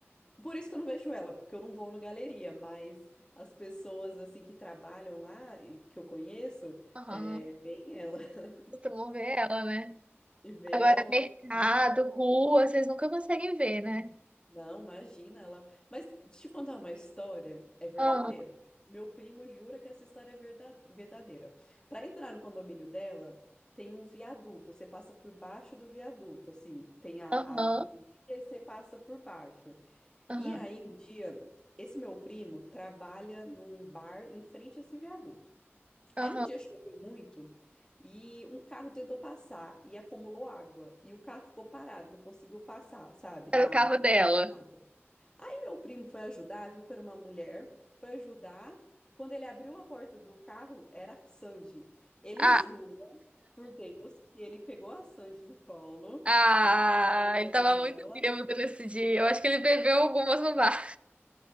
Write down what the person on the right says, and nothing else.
Aham.
Costumam ver ela, né?
Agora,
mercado,
rua, vocês nunca conseguem ver, né?
Aham.
Aham.
Aham.
Aham.
Era
o carro
dela.
Ah,
ah,
ele tava muito
bêbado nesse dia. Eu acho que ele bebeu algumas no bar.